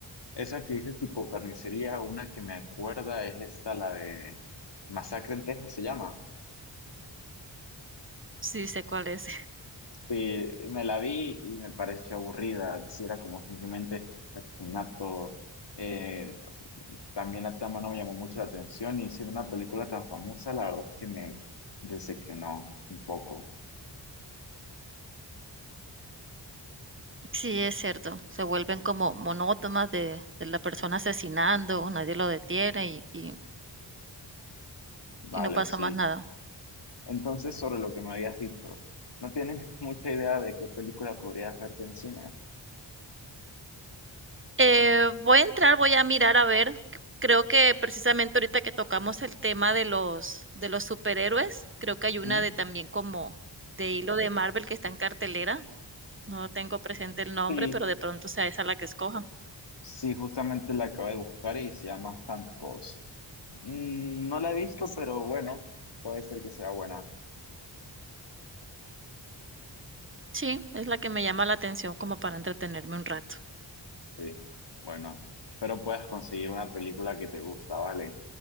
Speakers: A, on the left; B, on the right.
A: esa que dices tipo carnicería, una que me acuerda es esta, la de Masacre en Texas se llama.
B: sí sé cuál es.
A: Sí, me la vi y me pareció aburrida, sí era como simplemente asesinato. Eh, también la trama no me llamó mucho la atención y siendo una película tan famosa, la verdad es que me decepcionó un poco.
B: Sí, es cierto, se vuelven como monótonas de, de la persona asesinando, nadie lo detiene y, y-
A: Vale,
B: y no pasa
A: sí.
B: más nada.
A: Entonces, sobre lo que me habías dicho, no tienes <laughs> mucha idea de qué película podrías verte encima.
B: Eh, voy a entrar, voy a mirar a ver. c- Creo que precisamente ahorita que tocamos el tema de los de los superhéroes, creo que hay una
A: ¿Mm?
B: de también como de hilo de Marvel que está en cartelera. No tengo presente el nombre,
A: Sí,
B: pero de pronto sea esa la que escoja.
A: sí, justamente la acabé de buscar y se llama Thunderbolts. Mm, No la he visto, pero bueno, puede ser que sea buena.
B: Sí, es la que me llama la atención como para entretenerme un rato.
A: Sí, bueno, espero puedas conseguir una película que te gusta, ¿vale?